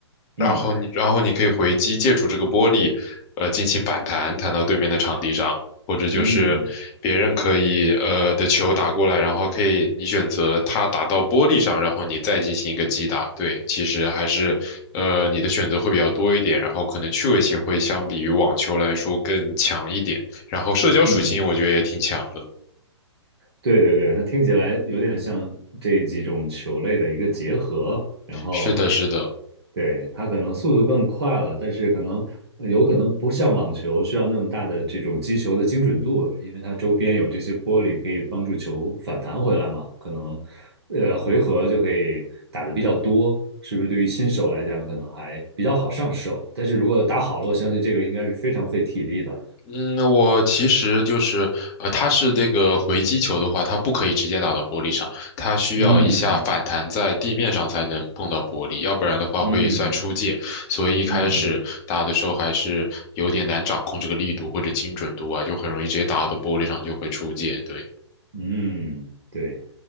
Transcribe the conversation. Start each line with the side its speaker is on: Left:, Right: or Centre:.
Left: 然后你，
Right: 嗯
Left: 然后你可以回击，借助这个玻璃，呃，进行反弹，弹到对面的场地上，或者就是别人可以呃的球打过来，
Right: 嗯
Left: 然后可以你选择他打到玻璃上，然后你再进行一个击打。对，其实还是呃你的选择会比较多一点，然后可能趣味性会相比于网球来说更强一点，然后社交属性我觉得也挺强的。
Right: 嗯。对对对，它听起来有点像这几种球类的一个结合，然后，
Left: 是的，是的。
Right: 对，它可能速度更快了，但是可能呃有可能不像网球需要那么大的这种击球的精准度，因为它周边有这些玻璃可以帮助球反弹回来嘛，可能，呃，回合就可以打的比较多，是不是？对于新手来讲，可能还比较好上手，但是如果打好了，我相信这个应该是非常费体力的。
Left: 嗯，我其实就是，呃，它是这个回击球的话，它不可以直接打到玻璃上，它需要一下反弹在地面上才能碰到玻璃，
Right: 嗯
Left: 要不然的话会算出界。
Right: 嗯
Left: 所以一开始打的时候还是有点难掌控这个力度或者精准度啊，
Right: 嗯。
Left: 就很容易直接打到玻璃上就会出界。对，
Right: 嗯，对，